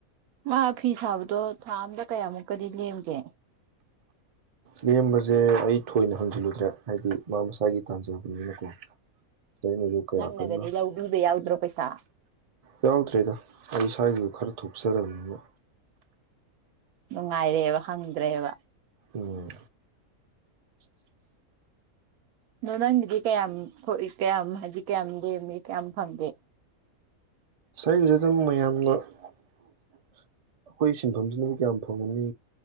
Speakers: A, on the right; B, on the right.
A: ꯃꯥ ꯐꯤ ꯁꯥꯕꯗꯣ ꯊꯥ ꯑꯝꯗ ꯀꯌꯥꯃꯨꯛꯀꯗꯤ ꯂꯦꯝꯒꯦ
B: ꯂꯦꯝꯕꯔꯁꯦ ꯑꯩ ꯊꯣꯏꯅ ꯍꯪꯖꯤꯜꯂꯨꯗ꯭ꯔꯦ ꯍꯥꯏꯗꯤ ꯃꯥ ꯃꯁꯥꯒꯤ ꯇꯥꯟꯖꯕꯅꯤꯅꯀꯣ ꯑꯩꯅꯁꯨ ꯀꯌꯥ
A: ꯅꯪ ꯅꯒꯗꯤ
B: ꯀꯟꯅ
A: ꯏꯂꯕ ꯌꯥꯎꯗ꯭ꯔꯣ ꯄꯩꯁꯥ
B: ꯌꯥꯎꯗ꯭ꯔꯦꯗ ꯑꯩ ꯏꯁꯋꯥꯏꯒꯤꯗꯨ ꯈꯔ ꯊꯣꯛꯆꯔꯕꯅꯤꯅ
A: ꯅꯨꯡꯉꯥꯏꯔꯦꯕ ꯍꯪꯗ꯭ꯔꯦꯕ
B: ꯎꯝ
A: <unintelligible> ꯑꯗꯣ ꯅꯪꯒꯤꯗꯤ ꯀꯌꯥꯝ ꯊꯣꯛꯏ ꯀꯌꯥꯝ ꯍꯥꯏꯗꯤ ꯀꯌꯥꯝ ꯂꯦꯝꯃꯤ ꯀꯌꯥꯝ ꯐꯪꯒꯦ
B: ꯁꯤꯒꯤꯗꯕꯨ ꯃꯌꯥꯝꯅ ꯑꯩꯈꯣꯏ ꯁꯤꯟꯐꯝꯁꯤꯅꯕꯨ ꯀꯌꯥꯝ ꯐꯪꯉꯨꯅꯤ